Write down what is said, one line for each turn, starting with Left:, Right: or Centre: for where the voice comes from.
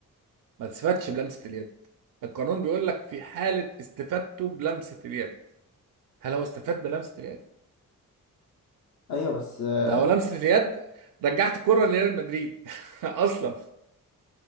Right: ما استفادش بلمسة اليد القانون بيقول لك في حالة استفادته بلمسة اليد هل هو استفاد بلمسة اليد؟
Left: ايوه بس آه،
Right: ده هو لمسة اليد رجعت الكرة لريال مدريد <laughs> أصلا